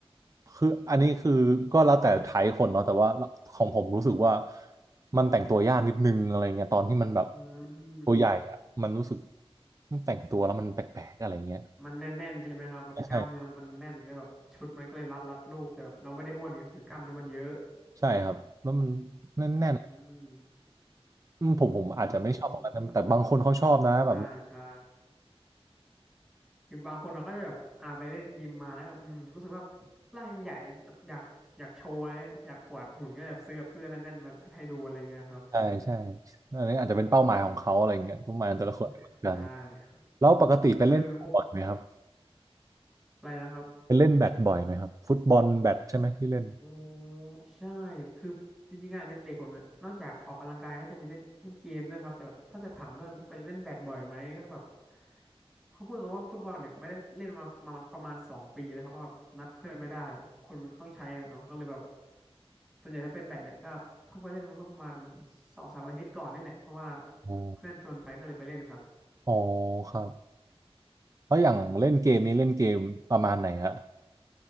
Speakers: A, on the right; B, in the centre.
A: คืออันนี้คือก็แล้วแต่ไทป์คนเนาะแต่ว่าของผมรู้สึกว่ามันแต่งตัวยากนิดนึงอะไรเงี้ยตอนที่มันแบบ
B: อื
A: ตัวใหญ่อ่ะมันรู้สึก
B: ม
A: มันแต่งตัวแล้วมันแปลกๆอะไรเงี้ย
B: มันแน่นๆใช่ไหมครับแบบกล้ามเนื้อมันแน่นก็แบบชุดมันก็เลยรัดรัดรูปแต่แบบเราไม่ได้อ้วนไงคือกล้ามเนื้อมันเยอะ
A: ใช่ใช่ใช่ครับแล้วมันแน่น
B: อืม
A: ๆอืมผมผมอาจจะไม่ชอบตรงนั้นนะแต่บางคนเขาชอบนะแบบ
B: อืมใช่ใช่ คือบางคนเขาก็จะแบบอ่าไปเล่นยิมมาแล้วแบบอืมรู้สึกว่าร่างใหญ่แบบอยากอยากโชว์นะอยากอวดหุ่นก็แบบซื้อแบบเสื้อแน่นๆมาให้ดูอะไรเงี้ยครับ
A: ใช่ใช่อันนี้อาจจะเป็นเป้าหมายของเขาอะไรอย่างเงี้ยเป้าหมายของแต่ละคนไม่เหมือนกัน
B: <laughs> ใช่ครับ
A: แล้วปกติไปเล่นบ่อยไหมครับ
B: เออพวกอะไรนะครับ
A: ไปเล่นแบดบ่อยไหมครับฟุตบอลแบดใช่ไหมที่เล่น
B: อ๋อใช่คือจริงๆงานอดิเรกผมเนี่ยนอกจากออกกำลังกายก็จะมีเล่นเล่นเกมด้วยครับแต่แบบถ้าจะถามเรื่องไปเล่นแบดบ่อยไหมก็แบบเขาพูดตรงว่าฟุตบอลเนี่ยไม่ได้เล่นมามาประมาณสองปีแล้วครับเพราะแบบนัดเพื่อนไม่ได้คนมันต้องใช้อะเนาะก็เลยแบบส่วนใหญ่ถ้าเป็นแบดเนี่ยก็เพิ่งไปเล่นมาเมื่อประมาณสองสามอาทิตย์ก่อนนี่แหละเพราะว่า
A: อ๋อ
B: เพื่อนชวนไปก็เลยไปเล่นครับ
A: อ๋อครับแล้วอย่างเล่นเกมนี้เล่นเกมประมาณไหนฮะ